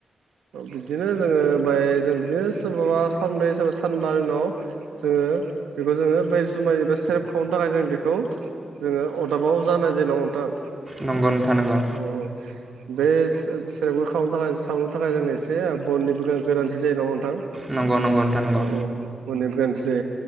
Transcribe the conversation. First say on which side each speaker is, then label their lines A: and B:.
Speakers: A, on the right; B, on the right.
A: बिदिनो जोङो ओमफाय जों बिदिनो सोरबाबा सानब्रै सोरबा सानबानि उनाव जोङो बेखौ जोङो बै जुमाय एबा सेरेब खावनो थाखाय जों बेखौ जोङो अरदाबाव जानो जेन'बा नोंथां
B: नंगौ नोंथां नंगौ
A: औ बे से सेरेबखौ खावनो थाखाय सावनो थाखाय जोंनो एसे बननिबो गोनांथि जायो नङा होमबा नोंथां
B: नंगौ नंगौ नोंथां नंगौ
A: औ औ बननिबो गोन जे